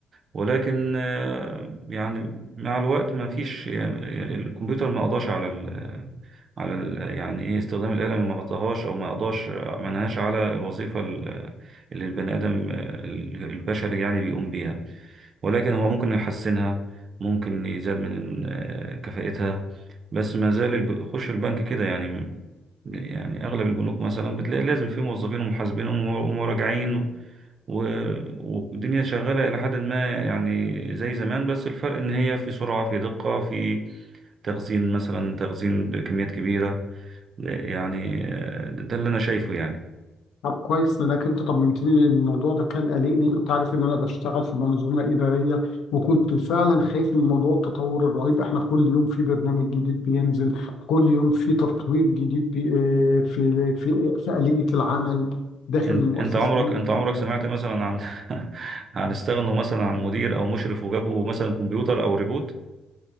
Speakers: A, on the right; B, on the left.
A: ولكن آه، يعني مع الوقت ما فيش الكمبيوتر ما قضاش على ال على ال يعني ايه استخدام الآلة ما غطاهاش او ما قضاش ما نهاش على الوظيفة ال- اللي البني آدم آه، البشري يعني بيقوم بيها ولكن هو ممكن يحسنها ممكن يزاد من آه، كفاءتها بس ما زال الب- يخش البنك كده يعني يعني أغلب البنوك مثلا بتلاقي لازم في موظفين ومحاسبين ومو- ومراجعين و... والدنيا شغالة إلى حد ما يعني زي زمان بس الفرق إن هي في سرعة في دقة في تخزين مثلا تخزين بكميات كبيرة يعني آه، ده اللي أنا شايفه يعني
B: طب كويس لانك انت طمنتني لان الموضوع ده كان قلقني انت عارف ان انا بشتغل في منظومه اداريه وكنت فعلا خايف من موضوع التطور الرهيب احنا كل يوم في برنامج جديد بينزل كل يوم في تطوير جديد بي آه، في في في آلية العمل داخل
A: انت
B: المؤسسه
A: انت عمرك
B: اللي
A: انت عمرك
B: انا
A: سمعت مثلا عن <laughs> عن استغنوا مثلا عن مدير او مشرف وجابوا مثلا كمبيوتر او ريبوت